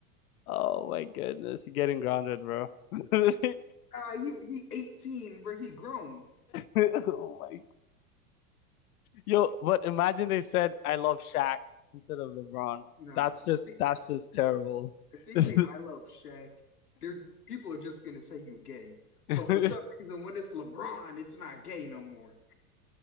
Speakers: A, on the left (about 70°); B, on the left (about 80°).
A: Oh my goodness, you're getting grounded, bro. <laughs> You're
B: Uh, he he 18, bro. He grown.
A: <laughs> Oh my. Yo, but imagine they said I love Shaq instead of LeBron.
B: Nah,
A: That's just
B: see,
A: that's just terrible.
B: if they
A: <laughs>
B: say I love Shaq, they're people are just gonna say you gay.
A: I
B: But for some reason, when it's LeBron, it's not gay no more.